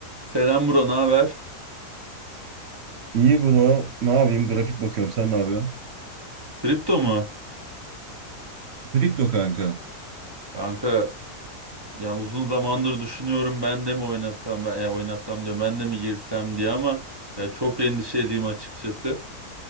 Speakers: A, on the right; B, on the right.
A: Selam bro, ne haber?
B: İyi bro. Ne yapayım? Grafik bakıyorum. Sen ne yapıyorsun?
A: Kripto mu?
B: Kripto kanka.
A: Kanka ya uzun zamandır düşünüyorum ben de mi oynasam ben ya oynasam diyorum ben de mi girsem diye ama ya çok endişeliyim açıkçası.